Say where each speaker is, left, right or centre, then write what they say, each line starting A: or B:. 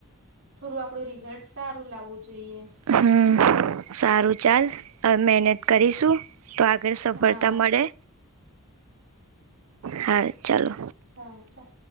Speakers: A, on the right; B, on the right.
A: થોડું આપડું રિઝલ્ટ સારું લાવવું જોઈએ.
B: હમ, સારું. હવે ચાલ, મહેનત કરીશું. તો આગળ સફળતા
A: હા
B: મળે. હા, ચાલો.
A: સારું, ચાલ.